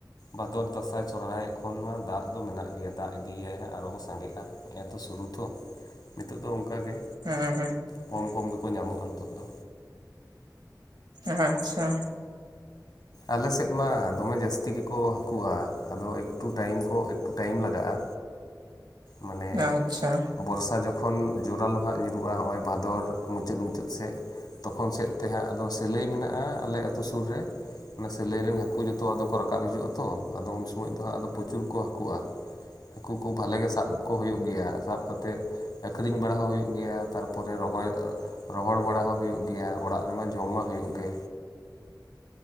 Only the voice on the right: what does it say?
ᱦᱮᱸ
ᱟᱸᱪᱪᱷᱟ᱾
ᱟᱪᱪᱷᱟ